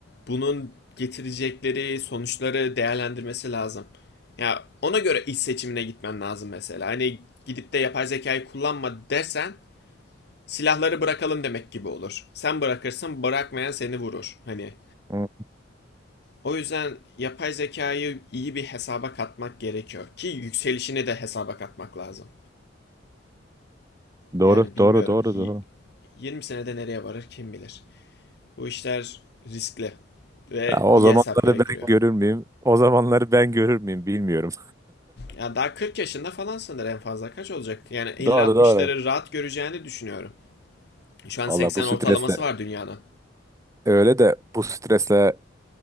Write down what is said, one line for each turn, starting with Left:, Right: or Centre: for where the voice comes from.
Left: bunun getirecekleri sonuçları değerlendirmesi lazım. Ya ona göre iş seçimine gitmen lazım mesela. Hani gidip de yapay zekayı kullanma dersen silahları bırakalım demek gibi olur. Sen bırakırsın bırakmayan seni vurur. Hani
Right: Hı,
Left: o yüzden yapay zekayı iyi bir hesaba katmak gerekiyor ki yükselişini de hesaba katmak lazım.
Right: Doğru,
Left: Yani bilmiyorum
Right: doğru, doğru,
Left: y-
Right: doğru.
Left: 20 senede nereye varır kim bilir. Bu işler riskli ve
Right: Ya o
Left: iyi
Right: zamanları
Left: hesap gerektiriyor.
Right: ben görür müyüm? O zamanları ben görür müyüm bilmiyorum.
Left: Ya daha 40 yaşında falan sanır en fazla kaç olacak? Yani 50-60'ları
Right: <laughs> Doğru, doğru.
Left: rahat göreceğini düşünüyorum. Şu an
Right: Valla
Left: 80
Right: bu stresle
Left: ortalaması var dünyanın.
Right: öyle de bu stresle